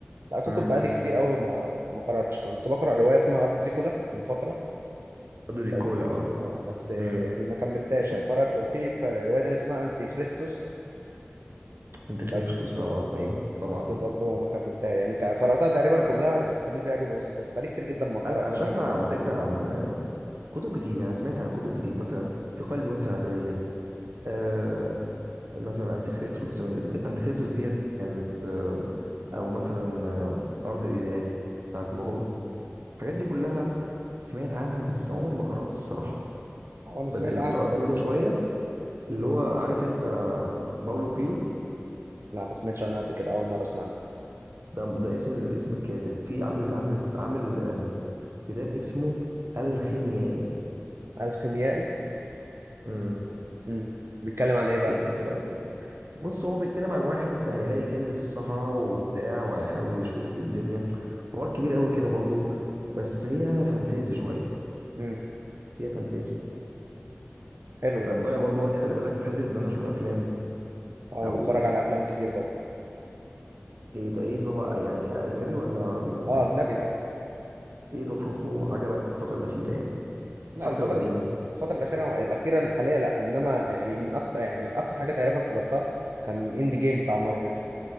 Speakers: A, on the right (about 80°); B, on the right (about 60°).
A: لا كتب
B: امم
A: بقالي كتير أوي ما ما قرأتش كنت بقرأ رواية اسمها أرض زيكولا من فترة
B: أرض زي
A: بس
B: الكولا اه
A: آه بس آه،
B: امم
A: يعني ما كملتهاش قرأت وفي قر- رواية تانية اسمها أنتي خريستوس
B: انت خريج
A: بس
B: طبعا ايوه طبعا
A: بس برضه ما كملتها يعني ك- قرأتها تقريبا
B: انا
A: كلها بس فاضل فيها جزء بسيط بس بقالي كتير جدا ما قرأتش
B: أس... انا بسمع
A: حاجة زي
B: على فكرة عن كتب كتير يعني انا سمعت عن كتب كتير مثلا في قلب انثى عبرية آه، يعني مثلا انتيخريتروس انتيخريتروس ديت كانت آه، او مثلا آه، ارض الاله بتاعت مراد الحاجات دي كلها سمعت عنها بس عمري ما قرأت الصراحه
A: وانا سمعت
B: بس اللي
A: عنها
B: قرأت
A: برضه
B: منه شويه اللي هو عارف انت باولو كويلو
A: لا ما سمعتش عنها قبل كده اول مره اسمع عنها
B: ده ده اسم ال- اسم الكاتب في عامل عامل عامل آه، كتاب اسمه الخيميائي
A: الخيميائي
B: امم
A: امم بيتكلم عن ايه بقى
B: بيحكي كده بص هو بيتكلم عن واحد هيلاقي كنز في الصحراء وبتاع وهيحاول يشوف ايه الدنيا حوار كبير قوي كده برضو بس هي فانتازي شويه
A: امم
B: فيها فانتازي
A: حلو
B: انا
A: ده
B: بضيع برضو وقت خلي بالك في حته ان انا اشوف افلام
A: انا
B: او
A: بتفرج على افلام كتير برضه
B: ايه طب ايه طب يعني اجنبي ولا عربي ولا
A: اه اجنبي طبعا
B: ايه طب شفته عجبك الفتره الاخيره يعني
A: لا
B: حتى
A: الفتره
B: لو قديم
A: الفتره الاخيره الاخيره الحاليه لا انما يعني من أكتر يعني اخر حاجه تقريبا حضرتها كان اند جيم بتاع مارفل